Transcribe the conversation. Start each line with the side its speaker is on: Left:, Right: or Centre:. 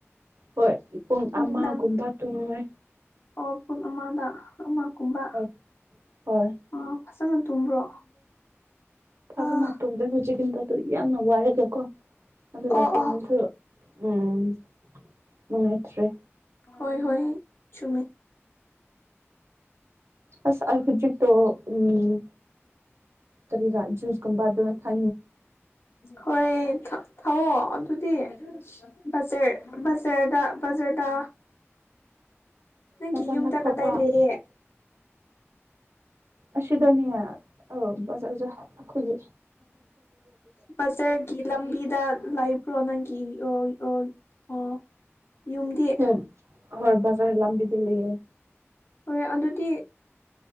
Right: ꯍꯣꯏ ꯄꯨꯡ
Left: ꯅꯨꯡꯗꯥꯡ
Right: ꯑꯃꯒꯨꯝꯕ ꯇꯨꯝꯃꯦ
Left: ꯑꯣ ꯄꯨꯡ ꯑꯃꯗ ꯑꯃ ꯀꯨꯝꯕ
Right: ꯍꯣꯏ ꯍꯣꯏ
Left: ꯑ ꯐꯖꯅ ꯇꯨꯝꯕ꯭ꯔꯣ
Right: ꯐꯥꯕ
Left: ꯑꯥ
Right: ꯃꯥꯥꯛꯄꯁꯦ ꯍꯧꯖꯤꯛꯀꯤꯟꯇꯗ ꯌꯥꯝꯅ ꯋꯥꯔꯒꯀꯣ ꯑꯗꯨ ꯗꯥꯛꯇꯣꯅꯁꯨ
Left: ꯑꯣ ꯑꯣ
Right: ꯎꯝ ꯅꯨꯡꯉꯥꯏꯇ꯭ꯔꯦ
Left: ꯍꯣꯏ ꯍꯣꯏ꫰ꯆꯨꯝꯃꯦ
Right: ꯑ ꯑꯩ ꯍꯧꯖꯤꯛꯇꯣ ꯎꯝ ꯀꯔꯤꯔꯥꯨꯁꯒꯨꯝꯕꯗ ꯊ
Left: ꯍꯣꯏ ꯊꯥꯎꯑꯣ ꯑꯗꯨꯗꯤꯖ <unintelligible> ꯁꯌꯔꯗ ꯕꯖꯥꯔꯗ ꯅꯪꯒꯤ
Right: ꯃꯄꯥꯟꯗ
Left: ꯌꯨꯝꯗ
Right: ꯊꯣꯛꯄ
Left: ꯀꯗꯥꯏ ꯂꯩꯌꯦ
Right: ꯑꯁꯤꯗꯅꯦ ꯑꯧ ꯕꯖꯥꯔꯖꯦ ꯑꯈꯣꯏꯒꯤ
Left: ꯕꯖꯥꯔꯒꯤ ꯂꯝꯕꯤꯗ ꯂꯥꯏꯐ꯭ꯔꯣ ꯅꯪꯒꯤ ꯑ ꯑꯣ ꯌꯨꯝꯗꯤ
Right: ꯍꯝ ꯍꯣꯏ ꯖꯔ ꯂꯝꯕꯗ ꯂꯩꯌꯦ
Left: ꯍꯣꯏ ꯑꯗꯨꯗꯤ